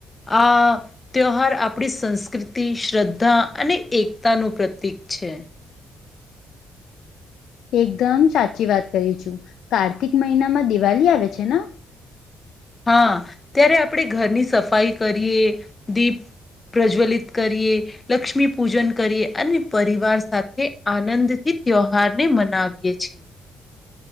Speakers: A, on the left (about 25°); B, on the left (about 75°).
A: આ ત્યોહાર આપણી સંસ્કૃતિ શ્રદ્ધા અને એકતાનું પ્રતીક છે.
B: એકદમ સાચી વાત કહીયુ છું કાર્તિક મહિનામાં દિવાલી આવે છે ના.
A: હા ત્યારે આપણે ઘરની સફાઈ કરીએ દીપ પ્રજ્વલિત કરીએ. લક્ષ્મી પૂજન કરીએ અને પરિવાર સાથે આનંદથી ત્યોહાર ને મનાવીએ છીએ.